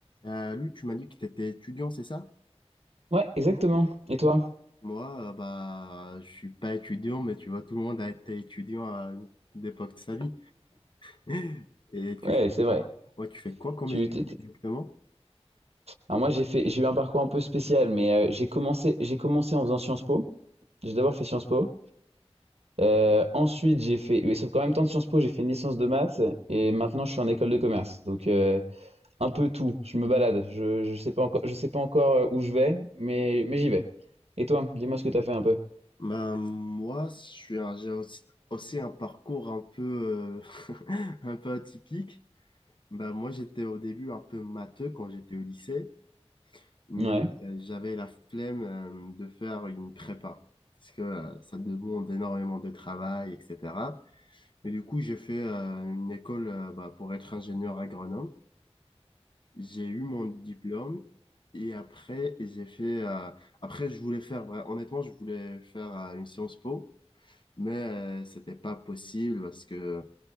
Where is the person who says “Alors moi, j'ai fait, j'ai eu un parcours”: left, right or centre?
Right